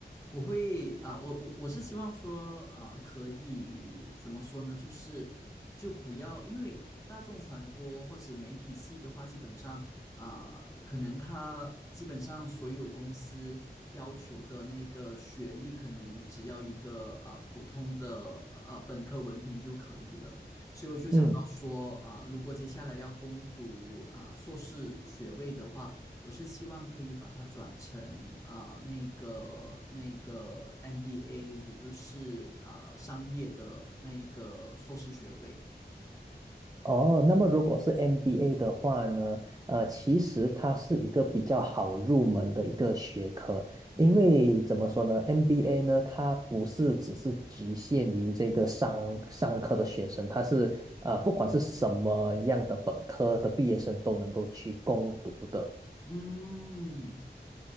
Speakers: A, on the left; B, on the right.
A: 我会啊、我我我是希望说啊、可以怎么说呢？就是就不要，因为大众传播或者媒体系的话，基本上啊、可能它基本上所有公司要求的那个学历，可能只要一个啊、普通的啊、本科文凭就可以了。所以我就想到说啊、
B: 嗯。
A: 如果接下来要攻读啊、硕士学位的话，我是希望可以把它转成啊、呃那个那个 MBA，也就是啊、呃商业的那一个硕士学位。
B: 哦，那么如果是 MBA 的话呢，呃，其实它是一个比较好入门的一个学科，
A: 嗯
B: 因为怎么说呢，MBA 呢，它不是只是局限于这个商商科的学生，它是呃，不管是什么样的本科的毕业生都能够去攻读的。
A: 嗯，